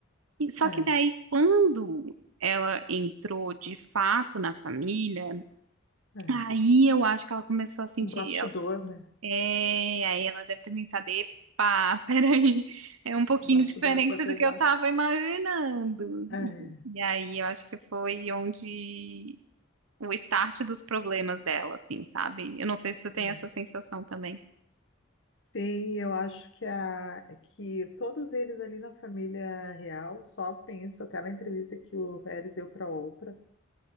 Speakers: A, on the right; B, on the left.
A: E- Só
B: é,
A: que daí, quando ela entrou de fato na família,
B: é.
A: aí eu acho que ela começou a sentir.
B: O bastidor,
A: ela-
B: né?
A: É, aí ela deve ter pensado: epa, <laughs> peraí, é um pouquinho
B: O bastidor
A: diferente
B: foi pesado.
A: do que eu tava imaginando.
B: É.
A: E, e aí eu acho que foi onde o start dos problemas dela, assim, sabe? Eu não sei se tu
B: É.
A: tem essa sensação também.
B: Sim, eu acho que, a, que todos eles ali na família real sofrem isso. Até na entrevista que o Harry deu para Oprah.